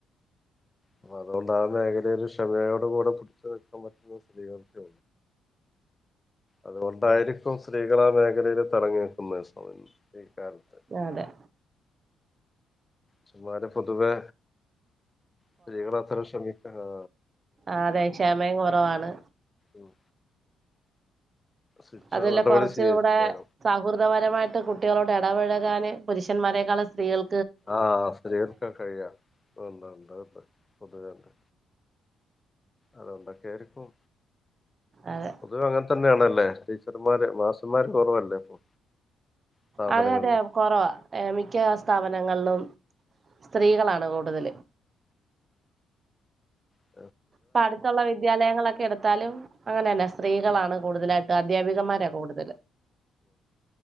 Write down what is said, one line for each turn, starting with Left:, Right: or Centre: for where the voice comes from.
Left: അപ്പ അതുകൊണ്ടാ ആ മേഖലയിൽ ക്ഷമയോട് കൂടെ പിടിച്ചു നിൽക്കാൻ പറ്റുന്ന സ്ത്രീകൾക്ക് അതുകൊണ്ട്- പലർക്കും സ്ത്രീകൾ ആ മേഖലയിൽ തടങ്ങുയാണ് തസ വും <unintelligible> ഈക്കത്ത <unintelligible>
Right: അതെ
Left: സുമ്മാ <unintelligible> രെ പൊതുവേ സ്ത്രീകൾ അത്ര ക്ഷമി - അഹാ
Right: ആ അതെ ക്ഷമയും കോറവാണ്
Left: ഉം ശിക്ഷാ
Right: അതല്ല
Left: നടപടി
Right: കോർചൂടെ
Left: സ്വീകരിക്കും വേഗം
Right: സൗഹൃദപരമായിട്ട് കുട്ടികളോ ഇടപഴകാന് പുരുഷൻമാരെക്കാളും സ്ത്രീകൾ
Left: ആ <unintelligible> ഉണ്ട് പൊതുവണ്ട് അതൊണ്ടൊക്കെ ആയിരിക്കും
Right: അതെ
Left: അത് അങ്ങൻ തന്നെഴാണൽ അല്ലെ ടീച്ചർമാര് മാസന്മാര് കോറവല്ലേ ഇപ്പൊ സ്ഥാപനങ്ങളില്
Right: അതെ അതെ കൊറവാ മിക്ക സ്ഥാപന <unintelligible> സ്ത്രീകളാണ് കൂടുതല്
Left: ഹ്
Right: പ്പ അടുത്തുള്ള വിദ്യാലയങ്ങളൊക്കെ എടുത്താലും അങ്ങനെന്നെ സ്ത്രീകളാണ് കൂടുതലാ അദ്ധ്യാപികന്മാരാ കൂടുതല്